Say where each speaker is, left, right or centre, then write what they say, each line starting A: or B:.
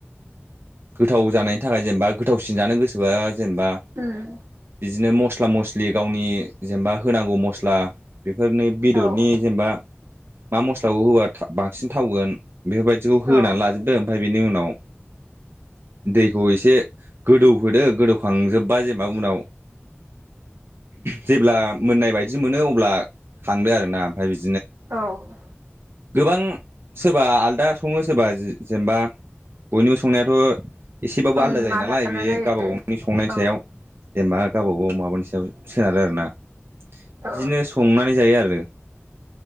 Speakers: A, on the right; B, on the right.
A: गोथाव जानायनि थाखाय जेनेबा गोथावसिन जानो गोसोबा जेनेबा
B: उम।
A: बिदिनो मस्ला मस्लि गावनि जेनेबा होनांगौ मस्ला। बेफोरनो बेदरनि
B: औ
A: जेनेबा मा मस्लाखौ होबा बांसिन थावगोन। बेफोरबायदिखौ होनानै
B: औ
A: लाजोबदो ओमफ्राय बेनि उनाव दैखौ एसे गोदौहोदो गोदौखांजोब बा जेनेबा उनाव जेब्ला मोननाय बायदि मोनो अब्ला खांदो आरो ना ओमफ्राय बिद
B: औ।
A: गोबां सोरबा आलदा सङो सोरबा जेनेबा बयनिबो संनायाथ'। एसेबाबो
B: उम
A: आलादा जायो
B: आलदा
A: नालाय
B: आलदा
A: बे
B: जायो
A: गावबा गावनि संनायनि
B: औ
A: सायाव। जेनेबा गावबा गाव माबानि सायाव सोनारो आरो ना। बिदिनो
B: औ
A: संनानै जायो आरो।